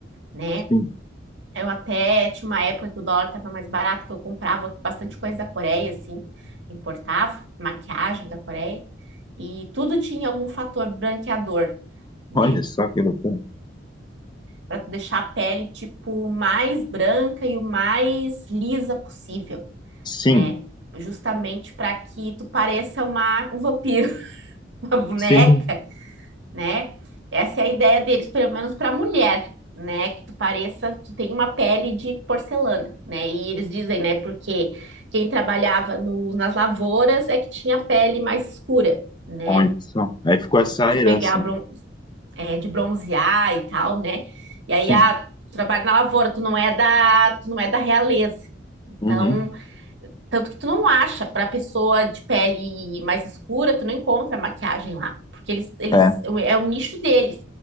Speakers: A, on the right; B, on the left.
A: né?
B: sim.
A: Eu até tinha uma época que o dólar estava mais barato, que eu comprava bastante coisa da Coreia, assim, importava maquiagem da Coreia, e tudo tinha algum fator branqueador, né?
B: Olha só que loucura.
A: Para tu deixar a pele, tipo, mais branca e o mais lisa possível,
B: Sim,
A: né? Justamente para que tu pareça uma, um vampiro, <laughs> uma boneca,
B: sim.
A: né? Essa é a ideia deles, pelo menos para a mulher, né? Que tu pareça, tu tem uma pele de porcelana, né? E eles dizem, né? Porque quem trabalhava no- nas lavouras é que tinha pele mais escura, né?
B: Olha só. Aí ficou essa
A: Por- De
B: herança,
A: pegar, bron-
B: né?
A: é, de bronzear e tal, né? E aí,
B: Sim.
A: ah, tu trabalha na lavoura, tu não é da, tu não é da realeza. Então,
B: Uhum.
A: tanto que tu não acha, pra pessoa de pele mais escura, tu não encontra maquiagem lá. Porque eles, eles,
B: É.
A: é o nicho deles.